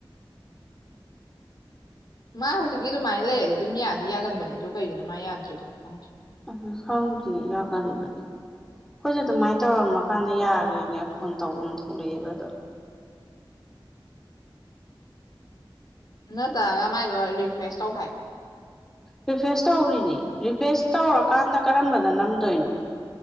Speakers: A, on the left; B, in the centre.
A: ꯃꯥ ꯍꯧꯖꯤꯛꯀꯤ ꯑꯗꯨꯃꯥꯏꯅ ꯂꯩꯔꯗꯤ ꯑꯗꯨꯝ ꯌꯥꯗꯤ ꯌꯥꯒꯟꯕꯅꯦ ꯑꯗꯨ ꯀꯩꯒꯤꯅꯣ ꯃꯥ ꯌꯥꯗ꯭ꯔꯤꯗꯣ ꯈꯪꯗ꯭ꯔꯦ
B: ꯎꯝ ꯈꯪꯗꯦ ꯌꯥꯒꯟꯕꯅꯤ ꯑꯩꯈꯣꯏꯁꯨ ꯑꯗꯨꯃꯥꯏꯅ ꯇꯧꯔꯝꯃꯀꯥꯟꯗ ꯌꯥꯈ꯭ꯔꯔꯤꯅꯦ ꯐꯣꯟ ꯇꯧꯐꯝ ꯊꯣꯛꯂꯛꯏꯦꯕ ꯑꯗꯨꯝ
A: ꯅꯠꯇꯔꯒ ꯃꯥꯏꯗꯣ ꯔꯤꯐ꯭ꯔꯦꯁ ꯇꯧ ꯍꯥꯏꯌꯨ
B: ꯔꯤꯐꯔꯦꯁ ꯇꯧꯔꯤꯅꯤ ꯔꯤꯐꯔꯦꯁ ꯇꯧꯔꯛꯀꯥꯟꯗ ꯀꯔꯝꯕꯗ ꯅꯝꯗꯣꯏꯅꯣ